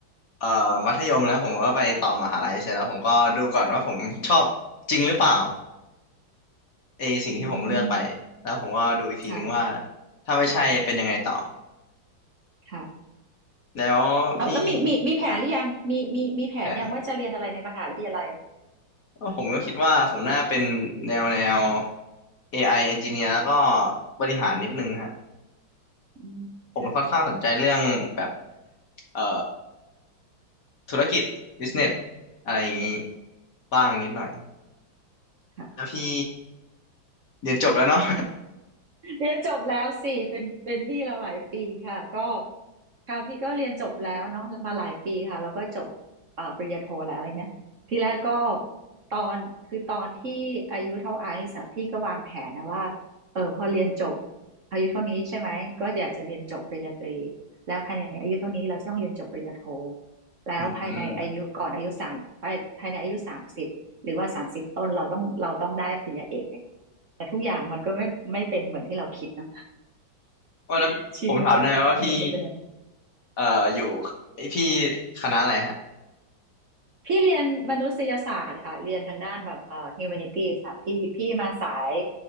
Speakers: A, on the left (about 50°); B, on the right (about 45°).
A: เอ่อมัธยมแล้วผมก็ไปต่อมหาลัยเสร็จแล้วผมก็ดูก่อนว่าผมชอบจริงหรือเปล่าไอสิ่งที่ผมเลือกไปแล้วผมก็ดูอีกทีนึงว่า
B: อืมค่ะ
A: ถ้าไม่ใช่เป็นยังไงต่อ
B: ค่ะ
A: แล้วพี่
B: เอาแล้วมีมีมีแผนหรือยังมีมีมีแผนยังว่าจะเรียนอะไรในมหาวิทยาลัย
A: ฮะแผน ก็ผมก็คิดว่าผมน่าเป็นแนวแนว AI engineer แล้วก็บริหารนิดนึงฮะ
B: อืมค่ะ
A: ผมค่อนข้างสนใจเรื่องแบบเอ่อธุรกิจ business อะไรอย่างนี้บ้างนิดหน่อย
B: ค่ะ
A: แล้วพี่เรียนจบแล้วเนาะ
B: <laughs> เรียนจบแล้วสิเป็นเป็นพี่เราหลายปีค่ะก็ค่ะพี่ก็เรียนจบแล้วเนาะมาหลายปีค่ะแล้วก็จบเอ่อปริญญาโทแล้วอะไรเงี้ยทีแรกก็ตอนคือตอนที่อายุเท่าไอซ์อะพี่ก็วางแผนนะว่าเออพอเรียนจบอายุเท่านี้ใช่ไหมก็อยากจะเรียนจบปริญญาตรีแล้วภายในอายุเท่านี้เราจะต้องเรียนจบปริญญาโทแล้วภายในอายุก่อนอายุสามภายภายในอายุสามสิบหรือว่าสามสิบต้นเราต้องเราต้องได้ปริญญาเอกอย่างเงี้ย
A: <laughs> อืม
B: แต่ทุกอย่างมันก็ไม่ไม่เป็นเหมือนที่เราคิดเนาะ
A: โอ้แล้วผมถามได้ไหมว่าพี่
B: <laughs> ชีวิตจะมันจะเป็นยังไง
A: เอ่ออยู่ไอยพี่คณะอะไรฮะ
B: พี่เรียนมนุษยศาสตร์ค่ะเรียนทางด้านแบบเอ่อ humanities ค่ะพี่พี่มาสาย